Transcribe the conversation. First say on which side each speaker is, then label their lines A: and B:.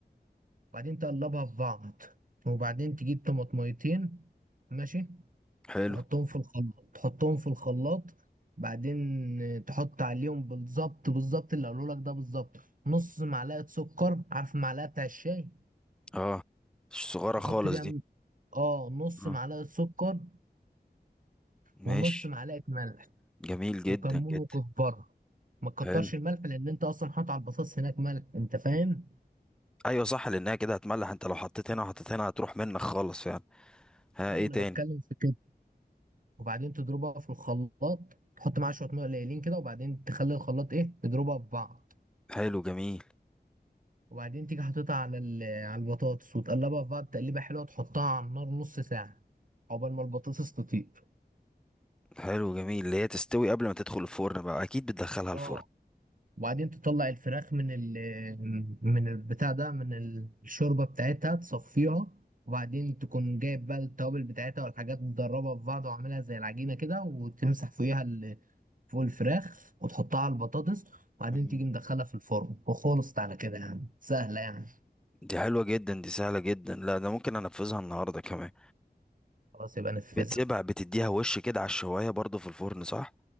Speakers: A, on the right; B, in the centre.
A: وبعدين تقلبها في بعض وبعدين تجيب طماطميتين ماشي
B: حلو
A: تحطهم في الخلاط تحطهم في الخلاط بعدين تحط عليهم بالظبط بالظبط اللي قالوا لك ده بالظبط نص معلقة سكر عارف المعلقة بتاع الشاي
B: اه صغيرة
A: تحط
B: خالص
A: بيها
B: دي
A: ن- اه نص
B: اه.
A: معلقة سكر
B: ماشي
A: ونص معلقة ملح
B: جميل جدا
A: وكمون
B: جدا
A: وكزبرة ما تكترش
B: حلو
A: الملح لان انت اصلا حاطط على البطاطس هناك ملح انت فاهم
B: ايوه صح لانها كده هتملح انت لو حطيت هنا وحطيت هنا هتروح منك خالص فعلا ها
A: اه
B: ايه
A: ما انا
B: تاني
A: بتكلم في كده وبعدين تضربها في الخلاط تحط معاها شوية ميه قليلين كده وبعدين تخلي الخلاط ايه يضربها في بعض
B: حلو جميل
A: وبعدين تيجي حاططها على ال- على البطاطس وتقلبها في بعض تقليبه حلوه تحطها على النار نص ساعه عقبال ما البطاطس تطيب
B: حلو جميل اللي هي تستوي قبل ما تدخل الفرن بقى اكيد بتدخلها
A: اه
B: الفرن
A: وبعدين تطلع الفراخ من ال من البتاع ده من الشوربه بتاعتها تصفيها وبعدين تكون جايب بقى التوابل بتاعتها والحاجات تدربها في بعض وعاملها زي العجينه كده وتمسح فوقيها ال- فوق الفراخ وتحطها على البطاطس وبعدين
B: مم.
A: تيجي مدخلها في الفرن وخلصت على كده يعني سهله يعني
B: دي حلوة جدا دي سهلة جدا لا ده ممكن انفذها النهاردة كمان
A: خلاص يبقى نفذها
B: بتسيبها بتديها وش كده على الشواية برضو في الفرن صح